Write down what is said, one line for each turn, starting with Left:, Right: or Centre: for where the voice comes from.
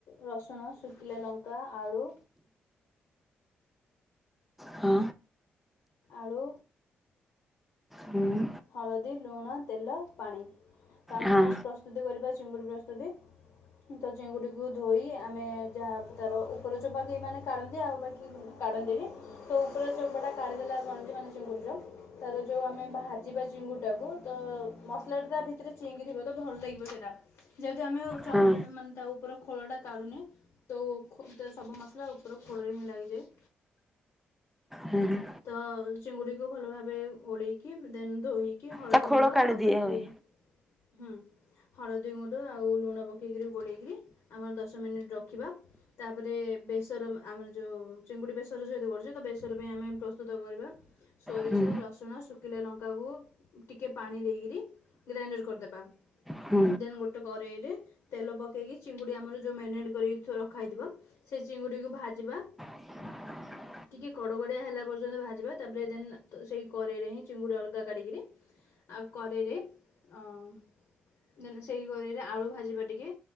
Left: ରସୁଣ ଶୁଖିଲା ଲଙ୍କା ଆଳୁ।
Centre: ହଁ
Left: ଆଳୁ
Centre: ହୁଁ।
Left: ହଳଦୀ ଲୁଣ ତେଲ ପାଣି ତ ଆମେ
Centre: ହଁ
Left: ଫାଷ୍ଟ ପ୍ରସ୍ତୁତି କରିବା ଚିଙ୍ଗୁଡ଼ି ପ୍ରସ୍ତୁତି। ତ ଚିଙ୍ଗୁଡ଼ିକୁ ଧୋଇ ଆମେ ଯାହା ତାାର ଉପର ଚୋପାକି ମାନେ। କାଢ଼ନ୍ତି ଆଉ ବାକି କାଢ଼ନ୍ତି ବି। ତୋ ଉପରେ ଯଉ ଚୋପାଟା କାଢ଼ିଦେଲେ <unintelligible> ମାନେ ଚିଙ୍ଗୁଡ଼ିର ତାର ଯୋଉ ଆମେ ବାହାର ଯିବା ଚିଙ୍ଗୁଡ଼ି ଟାକୁ ତ ମସଲାଟା ତା ଭିତରେ ଚିଙ୍ଗି ଥିବ ତ ଭଲ ଲାଗିବ ସେଇଟା। ଯେହେତୁ ଆମେ ଚମଡା
Centre: ହଁ
Left: ଟା ମାନେ ତା ଉପର ଖୋଳ ଖୋଳଟା କାଢୁନେ ତୋ ତ ସବୁ ମସଲା ଉପର ଖୋଳରେ ହିଁ ଲାଗିଯାଏ।
Centre: ହଁ ହଁ
Left: ତ ଚିଙ୍ଗୁଡ଼ିକୁ ଭଲ ଭାବେ ଗୋଳେଇକି ଦେନ୍ ଧୋଇ କି ହଳଦୀ
Centre: ତା ଖୋଳ
Left: ଗୁଣ୍ଡ
Centre: କାଢି
Left: ଆଉ
Centre: ଦିଆ
Left: ବାକି
Centre: ହୁଏ।
Left: ହୁଁ ହଳଦୀ ଗୁଣ୍ଡ ଆଉ ଲୁଣ ପକେଇକିରି ଗୋଳେଇକିରି ଆମର ଦଶ ମିନିଟ୍ ରଖିବା। ତାପରେ ବେସର ଆମର ଯଉ ଚିଙ୍ଗୁଡ଼ି ବେସର ଯେହେତୁ କରୁଚୁ ତ ବେସର ପାଇଁ ଆମେ ପ୍ରସ୍ତୁତ କରିବା ସୋରିଷ,
Centre: ହୁଁ
Left: ରସୁଣ, ଶୁଖ ଖିଲା ଲଙ୍କାକୁ ଟିକେ ପାଣି ଦେଇକିରି ଗ୍ରାଇଣ୍ଡର୍ କରିଦେବା
Centre: ହୁଁ
Left: ଦେନ୍ ଗୋଟ କରେଇରେ ତେଲ ପକେଇକି ଚିଙ୍ଗୁଡି ଆମର ଯଉ ମ୍ୟାରିନେଟ୍ କରିକି ଥୋ ରଖା ହେଇଥିବ ସେ ଚିଙ୍ଗୁଡ଼ିକୁ ଭାଜିବା
Centre: <unintelligible>
Left: ଟିକେ କଡ଼କଡ଼ିଆ ହେଲା ପର୍ଯ୍ୟନ୍ତ ଭାଜିବା। ତାପରେ ଦେନ୍ ସେଇ କରେଇରେ ହିଁ ଚିଙ୍ଗୁଡ଼ି ଅଲଗା କାଢ଼ିକିରି ଆଉ କରେଇରେ ଅଂ ଦେନ୍ ସେଇ କରେଇରେ ଆଳୁ ଭାଜିବା ଟିକେ